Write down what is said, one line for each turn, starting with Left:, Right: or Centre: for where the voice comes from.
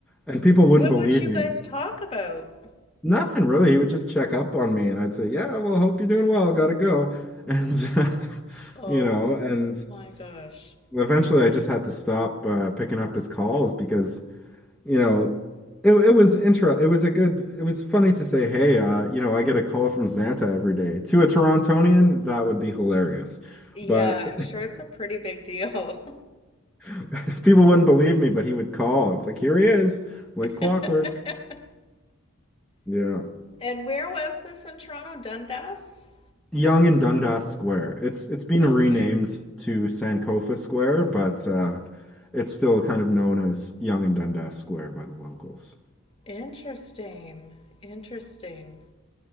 Centre: And people wouldn't
Left: What
Centre: believe
Left: would you
Centre: me.
Left: guys talk about?
Centre: Nothing really. He would just check up on me and I'd say, Yeah, well, hope you're doing well. Gotta go. And, <laughs> uh,
Left: Oh
Centre: you know, and
Left: my gosh.
Centre: eventually I just had to stop uh, picking up his calls because, you know, it, it was intro. It was a good, it was funny to say, Hey, uh, you know, I get a call from Xanta every day. To a Torontonian, that would be hilarious.
Left: Yeah,
Centre: But
Left: I'm sure it's a pretty big deal.
Centre: <laughs> People wouldn't believe me, but he would call. It's like, here he is, like
Left: <laughs>
Centre: clockwork. Yeah.
Left: And where was this in Toronto? Dundas?
Centre: Young and Dundas Square. It's it's been
Left: Okay.
Centre: renamed to Sankofa Square, but uh, it's still kind of known as Young and Dundas Square by the locals.
Left: Interesting. Interesting.